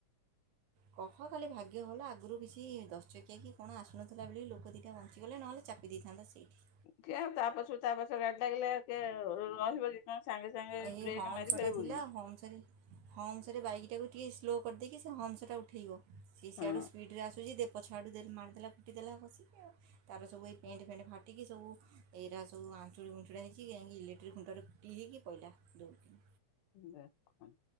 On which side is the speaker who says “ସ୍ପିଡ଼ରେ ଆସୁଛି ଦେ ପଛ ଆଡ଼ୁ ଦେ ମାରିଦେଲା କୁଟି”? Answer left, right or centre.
Right